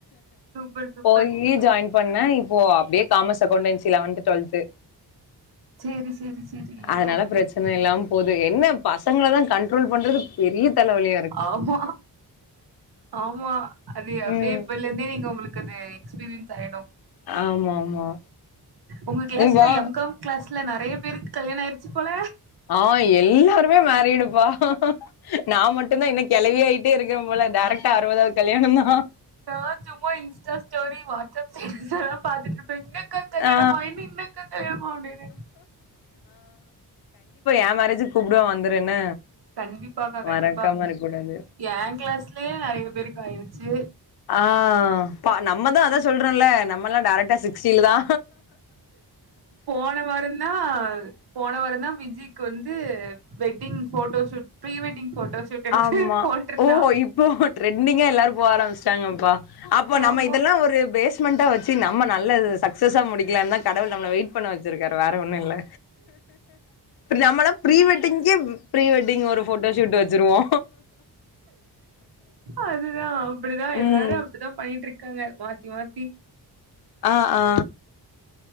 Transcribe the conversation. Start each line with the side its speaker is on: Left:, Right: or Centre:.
Right: சூப்பர் சூப்பர்
Left: போய் ஜாயின் பண்ண இப்போ அப்படியே காமர்ஸ் அகௌண்டன்சி வந்து டுவெல்த்
Right: சேரி சேரி சேரி
Left: அதனால
Right: ஓகே
Left: பிரச்சனை
Right: ஓகே
Left: இல்லாம போகுது என்ன பாச தான் கண்ட்ரோல் பண்றது பெரிய தலைவலயா
Right: ஆமா ஆமா அது அப்படியே
Left: ம்
Right: இப்பல இருந்தே நீங்க உங்களுக்கு அது எக்ஸ்பீரியன்ஸ் ஆயிட்டோ
Left: ஆமா ஆமா
Right: உங்க கிளாஸ்ல
Left: இவா
Right: எம் காம் கிளாஸ்ல நிறைய பேருக்கு கல்யாண ஆயிடுச்சு போல
Left: ஆ எல்லாருமே மேறிடுப்பா நா மட்டும்தா இன்னு கிலவியாயிட்டே இருக்கே போல டேரக்டா அறுபவதாவது கல்யாணம் தா
Right: அ சும்மா இன்ஸ்டா ஸ்டோரி வாட்ஸ்அப் ஸ்ல்லாம் பாத்துட்டுருப் இப்ப எங்கக்கா கல்யாணமா
Left: ஆ
Right: இன்னக்கா கல்யாணமாவுனேனு
Left: எ மேரேஜ்க்கு கூப்டுவ வந்துரு என்ன
Right: கண்டிப்பாக்கா கண்டிப்பா
Left: மறக்காம இருக்க கூடாது
Right: எ கிளாஸ்லயே நெறய பேருக்கு ஆயிடுச்சு
Left: ஆ நம்மதா அதா சொல்றோம்ல நம்மல்லா டேரக்டா சிக்ஸ்டில தா
Right: போன வாரந்தா போன வாரந்தா விஜிக்கு வந்து wedding photoshoot pre wedding photo shoot எடுத்து
Left: ஆமா
Right: போட்ருந்தா
Left: ஓ இப்போ ட்ரெண்டிங்கா எல்லாரு போ ஆரம்பிச்சட்டாங்கப்பா அப்போ
Right: ஆமா
Left: நம்ம இதல் ல்ல ஒரு பேஸ் ஸ்மெண்டா வச்சி நம்ம நல்ல சக்சஸா முக்கலா தா கடவுள் நம்ம வெயிட் பண்ண வச்சிருக்காரு வேற ஒன்னுல்ல நம்மளா ப்ரீ வெட்டிங்கே ப்ரீ வெட்டிங் ஒரு போட்டோஷூட் வச் சிருவோ
Right: அதுதா அப்டிதா எல்லாரு
Left: ம்
Right: அப்டிதா பண்ணிட்டு இருக்காங்க மாத் திவாத்தி
Left: ஆ ஆ